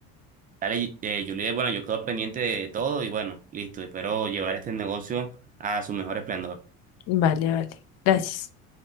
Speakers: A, on the right (about 30°); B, on the left (about 60°).
A: Dale, eh, Juliet, bueno, yo quedo pendiente de todo y bueno, listo, espero llevar este negocio a su mejor esplendor.
B: vale, vale. Gracias.